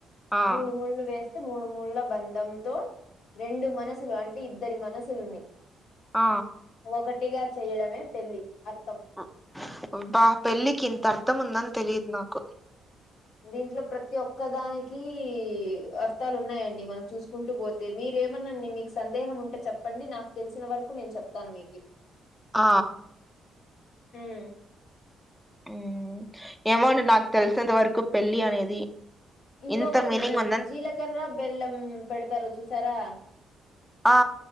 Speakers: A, in the centre; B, on the left (about 80°).
A: ఆ
B: మూడు ముళ్ళు వేస్త మూడు మూళ్ల బంధంతో రెండు మనసులు అంటే ఇద్దరి మనసులుని
A: ఆ
B: ఒకటిగా చెయడమే పెళ్లి అర్థం
A: ఉ అబ్బా పెళ్ళికి ఇంత అర్ధం ఉందని తెలియదు నాకు
B: దీంట్లో ప్రతి ఒక్క దానికి అర్థాలు ఉన్నాయండి మనం చూస్ కుంటు పోతే మీరేమన్నాండి మీకు సందేహం ఉంటే చెప్పండి నాకు తెలిసిన వరకు నేను చెప్తాను మీకు.
A: ఆ
B: ఉమ్.
A: ఉ ఏమోండి నాకు తెలిసంత వరకు పెళ్ళి అనేది
B: ఇంకొకటి
A: ఇంత మీనింగ్ ఉందని
B: జీలకర్ర బెల్లం పెడతారు చూసారా?
A: ఆ